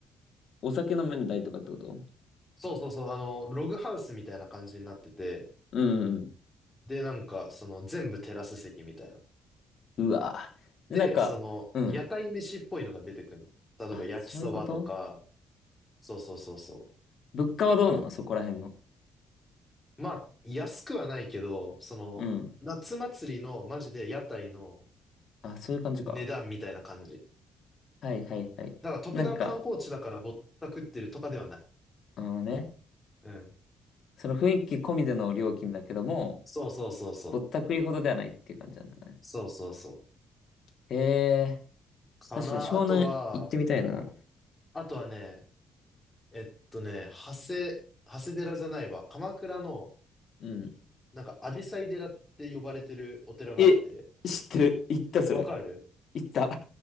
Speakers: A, on the left; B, on the left.
A: お酒飲めんだりとかってこと
B: そうそうそう、あの、ログハウスみたいな感じになってて、
A: うんうん。
B: で、なんか、その、全部テラス席みたいな。
A: うわぁ。
B: で、
A: で、なんか、
B: その、
A: うん。
B: 屋台飯っぽいのが出てくるの。例えば、
A: あ、
B: 焼きそばとか、
A: そういうこと
B: そうそうそうそ
A: 物価はどうなのそこら辺の。
B: う。まあ、安くはないけど、その、
A: うん。
B: 夏祭りの、マジで屋台の
A: あ、そういう感じか。
B: 値段みたいな感じ。
A: はいはいはい。
B: だから、特段観光地だからぼったくってるとかではない。
A: なんか、あのね、
B: うん。
A: その雰囲気込みでの料金だけども、
B: そうそうそうそう。
A: ぼったくりほどではないっていう感じなんだね。
B: そうそうそう。
A: へえ、
B: かな。
A: 確かに湘南行ってみたいな。
B: あとは、あとはね、えっとね、長谷、長谷寺じゃないわ。鎌倉の、
A: うん。
B: なんか、紫陽花寺って呼ばれてるお寺があって、
A: え、知ってる行ったそれ。
B: わかる
A: 行った。